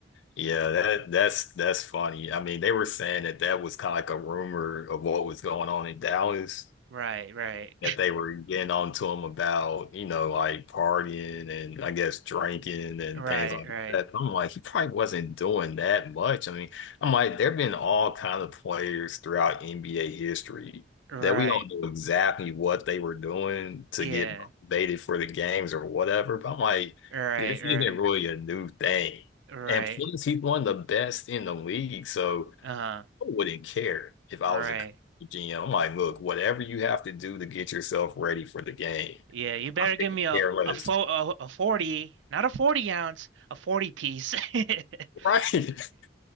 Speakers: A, on the left; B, on the right.
A: yeah, that that's that's funny. I mean, they were saying that that was kind of like a rumor of what was going on in Dallas,
B: Right, right,
A: that they were getting on to him about, you know, like partying and I guess drinking and
B: <laughs> right,
A: things like
B: right,
A: that. I'm like, he probably wasn't doing that much. I mean, I'm like, there have been all kind of players throughout NBA history
B: right.
A: that we don't know exactly what they were doing to
B: Yeah,
A: get motivated for the games or whatever. But I'm like,
B: right,
A: this
B: right,
A: isn't really a new thing.
B: right.
A: And plus, he's one of the best in the league. So,
B: Uh,
A: wouldn't care if I
B: right.
A: was a GM. I'm like, look, whatever you have to do to get yourself ready for the game,
B: Yeah, you better
A: I
B: give
A: couldn't
B: me a
A: care less.
B: a, fo a, a 40, not a 40 ounce, a 40 piece. <laughs> <laughs>
A: Right. <laughs>